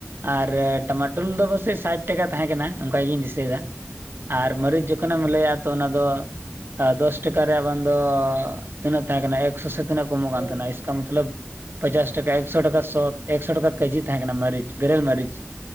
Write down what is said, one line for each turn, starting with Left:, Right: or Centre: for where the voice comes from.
Right: ᱟᱨ
Left: ᱦᱮᱸ
Right: ᱴᱟᱢᱟᱴᱳᱞ ᱫᱚ ᱯᱟᱥᱮᱡ ᱥᱟᱴ ᱴᱟᱠᱟ ᱛᱟᱦᱮᱸ ᱠᱟᱱᱟ ᱚᱱᱠᱟ ᱜᱤᱧ ᱫᱤᱥᱟᱹᱭᱮᱫᱟ᱾ ᱟᱨ
Left: ᱦᱮᱸ
Right: ᱢᱟᱹᱨᱤᱪ ᱡᱚᱠᱷᱚᱱᱮᱢ ᱞᱟᱹᱭᱟ ᱛᱚ ᱚᱱᱟ ᱫᱚ ᱫᱚᱥ ᱴᱟᱠᱟ ᱨᱮᱭᱟᱜ ᱵᱟᱢ, ᱫᱚ ᱛᱤᱱᱟᱹᱜ ᱛᱟᱦᱮᱸ ᱠᱟᱱᱟ ᱮᱠᱥᱚ ᱥᱮ ᱛᱤᱱᱟᱹᱜ ᱠᱚ ᱮᱢᱚᱜ ᱠᱟᱱ
Left: ᱮᱠ
Right: ᱛᱟᱦᱮᱱᱟ᱾ ᱠᱟ ᱢᱚᱛᱞᱚᱵ ᱯᱚᱪᱟᱥ ᱴᱟᱠᱟ ᱮᱠᱥᱚ ᱴᱟᱠᱟ ᱥᱚ ᱮᱠᱥᱚ ᱴᱟᱠᱟ ᱠᱮᱡᱤ ᱛᱟᱦᱮᱸ ᱠᱟᱱᱟ ᱢᱟᱹᱨᱤᱪ ᱵᱮᱨᱮᱞ ᱢᱟᱹᱨᱤᱪ᱾